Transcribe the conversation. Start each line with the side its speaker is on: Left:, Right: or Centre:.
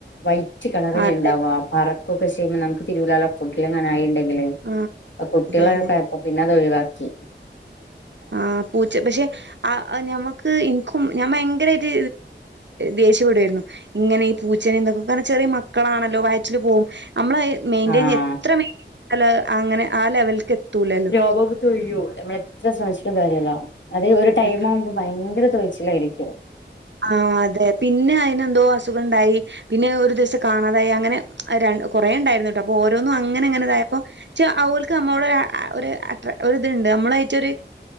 Left: വൈറ്റ് കളറിൽ
Right: വയറ്റിലായാലും
Left: ഉണ്ടാവാ പറക്കൊക്കെ ചെയ്യുമ്പ നമുക്ക് തിരുലാലോ ഫുഡിലങ്ങനെ ആയിണ്ടെങ്കില്.
Right: ആഹ്
Left: അപ്പൊ കുട്ട്യേളെക്കായപ്പോ
Right: അതെ അതെ
Left: പിന്നെ അത് ഒഴിവാക്കി.
Right: ആ പൂച്ച പക്ഷെ ആ ഞമ്മക്ക് എനിക്കും ഞമ്മ ഭയങ്കരായ്ട്ട് ദേഷ്യപ്പെടേര്ന്നു. ഇങ്ങനെ ഈ പൂച്ചനിം ഇന്തൊക്കെ. കാരണം ചെറിയ മക്കളാണല്ലോ വയറ്റില് പോകും. നമ്മളഹ് മെയിന്റയിൻ
Left: ആഹ്
Right: എത്ര മെയിന്റൻ അങ്ങനെ ആ ലെവൽക്ക്. എത്തൂലല്ലോ
Left: രോമം തൊയ്യോ നമ്മള് എത്ര ശ്രമിച്ചിട്ടും കാര്യല്ല. അത് ഒരു ടൈം
Right: ആഹ്
Left: ആവുമ്പം ഭയങ്കര തോയ് ലായിരിക്കും.
Right: ആഹ് അതെ. പിന്നെ അയ്നെന്തോ അസുഖംണ്ടായി. പിന്നെ ഒരു ദിവസം കാണാതായി. അങ്ങനെ കൊറേ ഉണ്ടായിരുന്നുട്ടോ. അപ്പൊ ഓരോന്നും അങ്ങനെ അങ്ങനെ ഇതായപ്പം. പക്ഷ ഓൽക്ക് നമ്മള. ടെ അ ഒര് ഇതുണ്ട് നമ്മളയിട്ട ഒരു